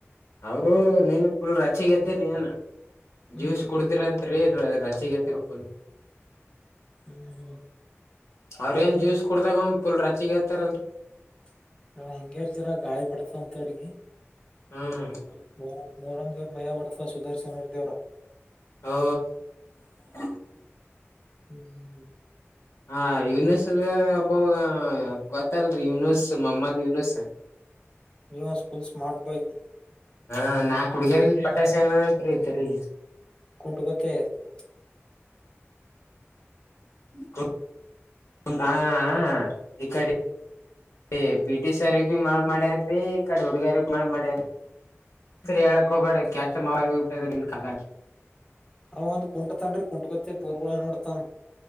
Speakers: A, on the left; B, on the left.
A: ಅವರು ನಿನ್ ಫುಲ್ ರಚ್ಚಿಗೆ ಎದ್ದಿರಿ ಏನ
B: ಹ್ಮ್
A: ಜ್ಯೂಸ್ ಕುಡ್ದಿರನ್ <unintelligible> ರಚ್ಚಿಗ್ ಎದ್ದಿರಪ್ಪಾ <unintelligible>
B: ಹ್ಮ
A: ಅವ್ರ ಏನ್ ಜ್ಯೂಸ್ ಕುಡ್ದಾಗ ಫುಲ್ಲು ರಚ್ಚಿಗ್ ಹೇರ್ತಾರಲ್ರಿ?
B: <unintelligible> ಗಾಳಿ ಬಿಡ್ತ ಅಂತ ಅವ್ರಿಗೆ.
A: ಹ್ಮ
B: ಮೂರಮ್ ಮೂರಮ್ ದೇವ್ರ ಮೈಯ ಬರ್ತಾ ಸುದರ್ಶನ್ ಅವರ್ ದೇವ್ರ.
A: ಓ <unintelligible>
B: ಹ್ಮ
A: ಹಾ ಯೂನೂಸ್ ಒಬ್ಬ ಗೊತ್ತಲ್ರಿ ಯುನೂಸ್ ಮಮ್ಮದ ಯನೂಸ್
B: <unintelligible> ಸ್ಮಾರ್ಟ್ ಬಾಯ್
A: ಹಾ ನಾಕ್ ಹುಡ್ಗ್ಯಾರಿಗ್ ಪಟಾಯ್ಸನಂತ್ರಿ ಇತರಿ.
B: <unintelligible>
A: <unintelligible> ಈ ಕಡಿ ಈ ಪಿಟಿ ಸರ್ ಭೀ ಮಳ್ ಮಾಡ್ಯನ್ರೀ ಈ ಕಡಿ ಹುಡ್ಗ್ಯಾರಿಗ್ ಮಳ್ ಮಾಡ್ಯನ್ರಿ. <unintelligible> ಹೇಳಕ್ ಹೋಗಬ್ಯಾಡ <unintelligible>
B: ಅವ ಒಂದ್ ಕುಂಟತನ್್ರೀ ಕುಂಟ ಗೊತ್ತೆ ಪೂರ್ವಾಗ್ ನೋಡತಾನ.